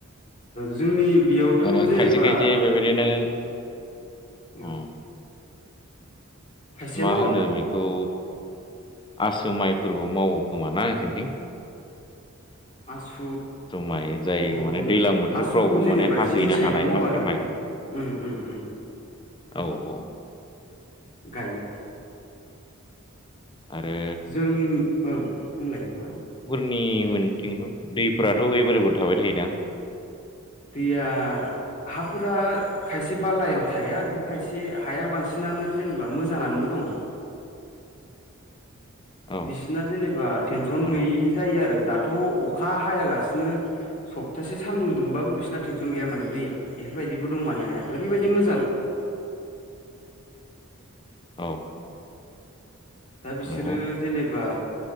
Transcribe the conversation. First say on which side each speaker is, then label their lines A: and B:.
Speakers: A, on the left; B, on the left.
A: जोंनि बेयावथ'
B: माने
A: जेनेबा
B: खायसे खायसे बेबायदिनो
A: उम
B: अ
A: खायसेया
B: मा
A: मावो
B: होनो बेखौ आसु माइफोरबो मावो खोमाना नोंसोरनि थिं।
A: आसु
B: माइ जाय
A: ओं
B: माने दैलां बोथोरफ्रावबो
A: आसुखौ जेनेबा
B: माने हाहैनो
A: एसे साइदाव
B: हानाय
A: मावा
B: माखासे
A: आरो आं।
B: माइ
A: उम उम उम।
B: औ औ
A: गायो।
B: आरो
A: जों औ बुंलाय नोंथाङा।
B: आंनि मोनथिनायावथ' दैफोराथ' एभेलेबेल थाबाय थायोदां।
A: दैया हाफोरा खायसे बालायाव थाया ओमफ्राय खायसे हाया बांसिनानो जेनेबा मोजाङानोबो दं।
B: औ
A: बिसिना जेनेबा टेनसन
B: औ
A: गैयि जायो आरो दा। थ' अखा हायालासिनो सप्तासे सान्दुं दुंबाबो बिसिना टेनसन गैया माने दैया। बेफोरबाय दिबो दं मने हाया। ओरैबायदि मोजां
B: औ
A: दा बिसोरो
B: नंगौ
A: जेनेबा